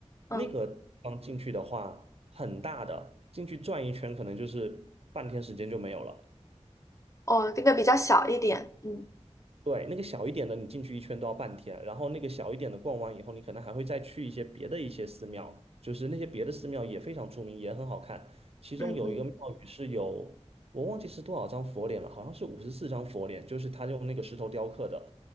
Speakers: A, on the left; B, on the right.
A: 嗯，
B: 那个地方进去的话，很大的，进去转一圈可能就是半天时间就没有了。
A: 哦，这个比较小一点。嗯
B: 对，那个小一点的，你进去一圈都要半天，然后那个小一点的逛完以后，你可能还会再去一些别的一些寺庙，就是那些别的寺庙也非常出名，也很好看。其中有一个庙宇是有，
A: 嗯嗯，
B: 我忘记是多少张佛脸了，好像是五十四张佛脸，就是他用那个石头雕刻的，